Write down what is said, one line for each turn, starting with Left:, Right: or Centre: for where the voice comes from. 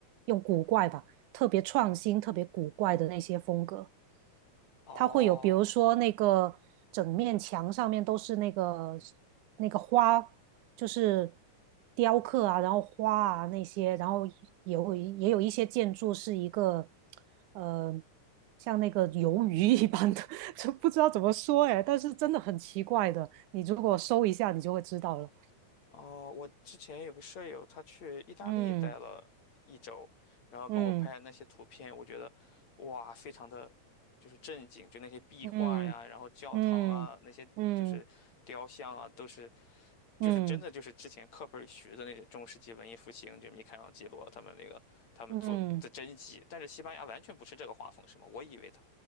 Right: 用古怪吧，特别创新、特别古怪的那些风格。
Left: 哦，
Right: 它会有，比如说那个整面墙上面都是那个那个花，就是雕刻啊，然后花啊那些，然后也会也有一些建筑是一个呃像那个鱿鱼一般的，<laughs> 就不知道怎么说哎，但是真的很奇怪的，你如果搜一下，你就会知道了。
Left: 哦，我之前有个舍友，他去意大利待了一周，
Right: 嗯
Left: 然后给我拍那些图片，
Right: 嗯
Left: 我觉得哇，非常的就是震惊，就那些壁画呀，
Right: 嗯
Left: 然后教堂啊，
Right: 嗯嗯
Left: 那些就是雕像啊，都是就是真的就是之前课本里学的那些中世纪文艺复兴，
Right: 嗯
Left: 就米开朗基罗他们那个他们做的真迹，
Right: 嗯嗯。
Left: 但是西班牙完全不是这个画风，是吗？我以为他